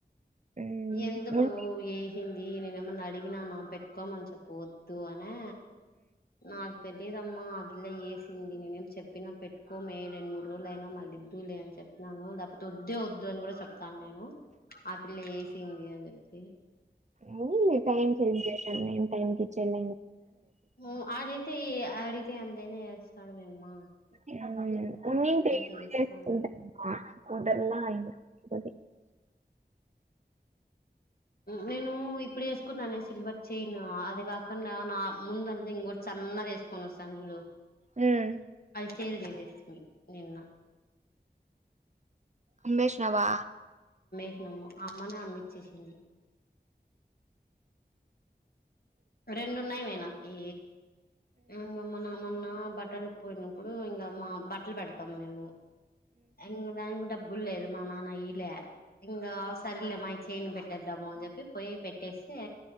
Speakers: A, on the right; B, on the left.
A: ఉమ్
B: ఎందుకు
A: ఉంది.
B: ఎ ఏంది నేను ఏమైన్నా అడిగినా నా పెట్టుకోమని చె పోద్దు అనే నా తెలియదమ్మా అదిలా చేసింది నేనేం చెప్పినా పెట్టుకోమే రెండు మూడు రోజులు అయినా మళ్ళీ ఇద్దులే అని చెప్పినాను లేకపోతే వద్దే వద్దు అని కూడా చెప్ కానీ ఆ పిల్ల వేసింది అ ఏ
A: న టైమ్ చెం చేసా టైంకి చెల్ల
B: ఉమ్ అడిగితే అది తైనే చేస్స్తాను మేమ్మా
A: ఉన్న
B: తీసుకోను
A: అలయి
B: నేను ఇప్పుడు వేసుకున్నానే సిల్వర్ చయిన్ అది కాకుండా నా ముంద అంతా ఇంకోటి చన్నది వేసుకోన్న చూడు
A: ఉమ్
B: శేల్ రదశష్మి నిన్న
A: అంబేష్ నావా
B: <inaudible> అమ్మనా అమ్మిచ్చేసింది రెండున్నాయి నయ్నా పీ <inaudible> మొన్న బట్టలు పోయినప్పుడు ఇంకా మా బట్టలు పెడతాం మేము ఇంగ దానికి డబ్ బ్బులు లేదు మా నాన్న ఈలే ఇంగ సరిలే మాయ్ చేను పెట్టేద్దాము అని చెప్పి పోయి పెట్టేసే